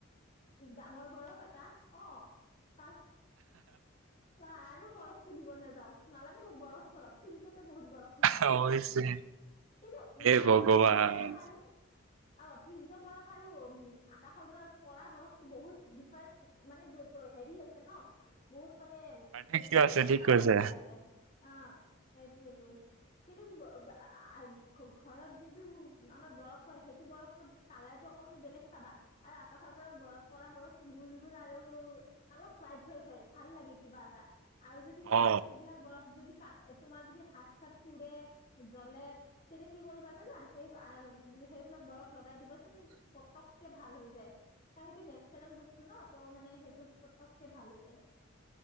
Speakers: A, on the left; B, on the right.
A: ডাঙৰ বৰফ এটা, অ'। <unintelligible> আৰু বৰফ তুলিব নাযাওঁ। নালাগে মোক বৰফ, চৰফ ফ্ৰীজতে বহুত বৰফ উলাব,
B: হৈছে
A: কিন্তু উ,
B: এ
A: কিন্তু
B: ভগৱান
A: ফ্ৰিজ বৰফ আৰু অ', ফ্ৰিজৰ বৰফ আৰু উম, আকাশৰ বৰফ পৰা বৰফটো বহুত ডিফাৰেন্ট মানে-হেৰি আছে ন' বহুত মানে
B: পাৰ্থক্য
A: এইটো আছে,
B: ঠিক
A: পাৰ্থক্য
B: কৈছা
A: আছে। আ, সেইটোয়েটো কিন্তু ব-বা-আহ ঘ-ঘৰত যোনটো আমাৰ বৰফ হয়, সেইটো বৰফত কালাৰটো অকমানি বেলেগ চাবা আৰু আকাশৰ পৰা বৰফ পৰা বৰফটো গোল, গোল আৰু অলপ হোৱাইট, হোৱাইট হয়, ভাল লাগে কিবা এটা। আৰু যদি তোমাৰ
B: অ
A: সেইবিলাক বৰফ যদি তাত তোমাৰ যদি হাত চাত পুৰে, জ্বলে তেতিয়া কি কৰিবা জানা? সেই আহ-বা সেইবিলাক বৰফ লগ লগাই দিবাচোন পতককে ভাল হৈ যায়, তাৰসেইটো নেচাৰেল বস্তু ন ত'হ মানে সেইটো পতককে ভাল হৈ যায়।